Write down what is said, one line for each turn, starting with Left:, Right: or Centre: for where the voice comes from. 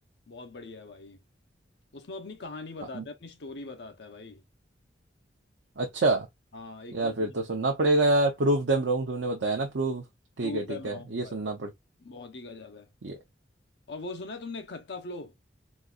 Left: बहुत बढ़िया है भाई उसमें अपनी कहानी बताता
Right: अ-
Left: है अपनी स्टोरी बताता है भाई
Right: अच्छा
Left: हाँ एकदम
Right: यार फिर तो सुनना पड़ेगा यार प्रूव देम रॉन्ग तुमने बताया ना प्रूव ठीक
Left: प्रूव
Right: है
Left: देम
Right: ठीक है
Left: रॉन्ग
Right: ये
Left: भाई
Right: सुनना पड़े
Left: बहुत ही गजब है
Right: ये
Left: और वो सुना है तुमने खत्ता फ्लो